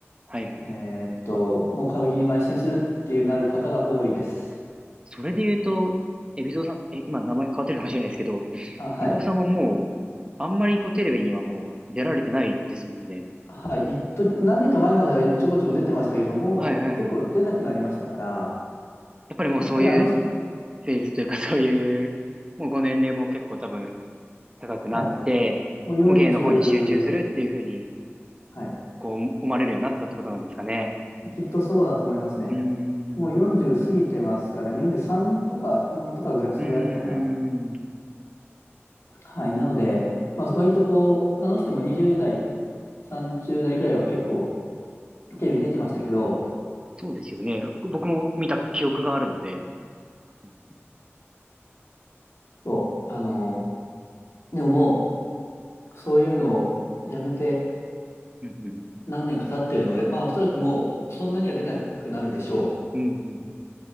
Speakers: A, on the right; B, on the left.
A: はいはいはい。
B: えーっと、もう歌舞伎に邁進するっていうなる方が多いです。
A: それで言うと、海老蔵さん、え、今名前変わってるかもしれないですけど、
B: あ、はい。
A: 海老蔵さんはもう、あんまりこうテレビにはもう出られてないですもんね。
B: はい。一時、何年か前まではちょこちょこ出てましたけども、
A: はいはいはい。
B: 結構出なくなりましたから、
A: やっぱりもうそういう
B: やっぱりあの人、
A: フェーズというかそういう、もうご年齢も結構多分高くなって、
B: はい。もう40、
A: もう芸の方に集中するっていうふうに、
B: はい。
A: こう思われるようになったってことなんですかね。
B: きっとそうだと思いますね。
A: うーん。
B: もう40過ぎてますから、43とか4とかぐらい、そのぐらいだったかな。
A: うーん。
B: はい。なので、まあ、割とこう、あの人も20代、30代ぐらいは結構テレビ出てましたけど、
A: そうですよね。僕も見た記憶があるので。うん
B: そう、あのーでももう、そういうのをやめて
A: うんうん。
B: 何年か経ってるので、まあ、おそらくもう、そんなには出なくなるでしょう。
A: うんうんうん